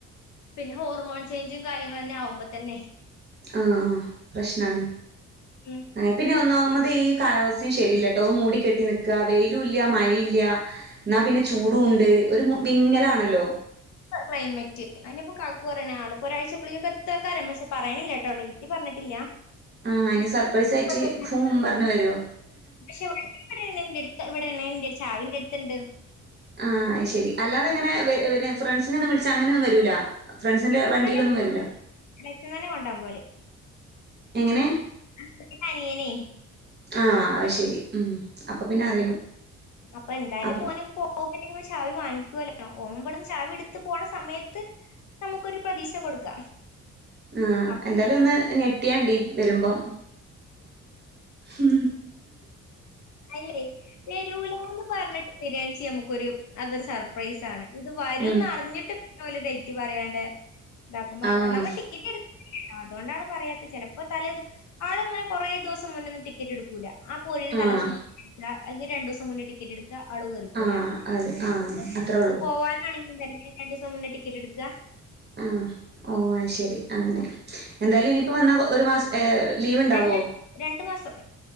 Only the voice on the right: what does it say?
ആഹ് പ്രശ്നാണ്
ആ പിന്നെ ഒന്നാമ പ ഈ കാലാവസ്ഥയും ശരിയല്ല ട്ടോ മൂടി കെട്ടി നിക്ക വെയിലും ഇല്ല മഴേല്ല ന്നാ പിന്നെ ചൂടും ഉണ്ട് ഒരു വിങ്ങലാണല്ലോ
ആഹ് ഇനി സർപ്രൈസ് ആയിട്ട്
ഫൂം പറഞ്ഞ് വരോ
ആഹ് അയ്ശരി അല്ലാതങ്ങനെ വെ പിന്നെ ഫ്രണ്ട്സിനെ ഒന്നും വിളിച്ച് അങ്ങനൊന്നും വരൂല ഫ്രണ്ട്സിന്റെ
വണ്ടിയിലൊന്നും
വരൂല
എങ്ങനെ
ആഹ് അയ്ശരി ഉം അപ്പൊ പിന്നെ അറിയും
അപ്പൊ
ആ
എന്തായാലും ഒന്ന് ഞെട്ടിയാണ്ടി വരുമ്പം ഹും
ഉം
ആഹ്
ആഹ്
ആഹ്
അത് ആഹ് അത്രേ ഉള്ളൂ
ആഹ് ഓ അത്ശരി അങ്ങനെ എന്തായാലും ഇനിയിപ്പോ വന്ന ഒരു മാസം ഏ ലീവുണ്ടാവോ